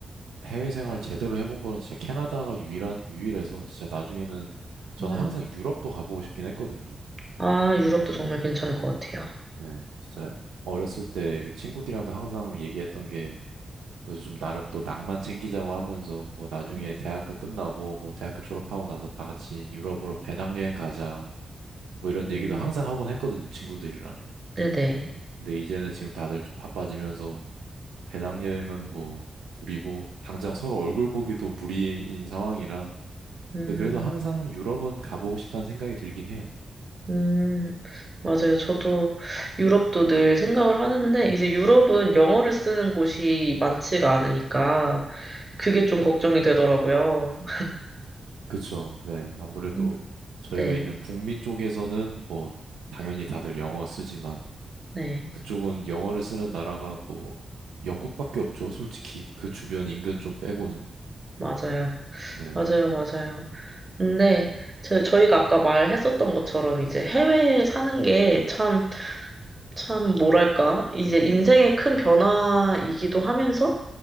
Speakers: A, on the right; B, on the right.
A: 해외 생활 제대로 해본 거는 진짜 캐나다가 유일한, 유일해서 진짜 나중에는 저는
B: 음,
A: 항상 유럽도 가보고 싶긴 했거든요.
B: 아, 유럽도 정말 괜찮을 것 같아요.
A: 네, 진짜 어렸을 때 그 친구들이랑도 항상 얘기했던 게 그래서 좀 나름 또 낭만 챙기자고 하면서 뭐 나중에
B: 음,
A: 대학교 끝나고 뭐 대학교 졸업하고 나서 다 같이 유럽으로 배낭여행 가자 뭐 이런
B: 음,
A: 얘기도 항상 하곤 했거든요, 친구들이랑.
B: 네네.
A: 근데 이제는 지금 다들 좀 바빠지면서 배낭여행은 뭐 무리고 당장 서로 얼굴 보기도 무리인 상황이라
B: 음.
A: 근데 그래도 항상 유럽은 가보고 싶다는 생각이 들긴 해요.
B: 음, 맞아요. 저도 유럽도 늘 생각을 하는데, 이제 유럽은 영어를 쓰는 곳이 많지가 않으니까, 그게 좀 걱정이 되더라고요.
A: 그쵸. 네. 아무래도
B: 음,
A: 저희가
B: 네,
A: 있는 북미 쪽에서는 뭐 당연히 다들 영어 쓰지만
B: 네.
A: 그쪽은 영어를 쓰는 나라가 뭐 영국밖에 없죠. 솔직히. 그 주변 인근 좀 빼고는.
B: 맞아요.
A: 네.
B: 맞아요, 맞아요. 근데 저, 저희가 아까 말했었던 것처럼 이제 해외에 사는 게참 참, 뭐랄까. 이제 인생의 큰 변화이기도 하면서